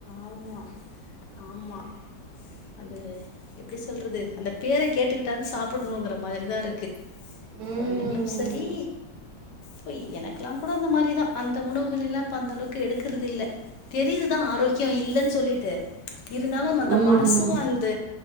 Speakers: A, on the left; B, on the right.
A: ஆமா ஆமா அது எப்டி சொல்றது அந்த பேர கேட்டுக்கிட்டாவது சாப்புட்ணுன்ங்கிற மாதிரிதா இருக்கு கொழந்தைகளும்
B: ம்
A: சரி பொய் எனக்குலா கூட அந்த மாரிதா அந்த உணவுகள் எல்லா இப்ப அந்தளவுக்கு எடுக்குறுதுதில்ல தெரியிதுதா ஆரோக் இல்லேன் சொல்லிட்டு இருந்தாலு அந்த
B: ஆமா
A: மனசு
B: ஆமா
A: அந்த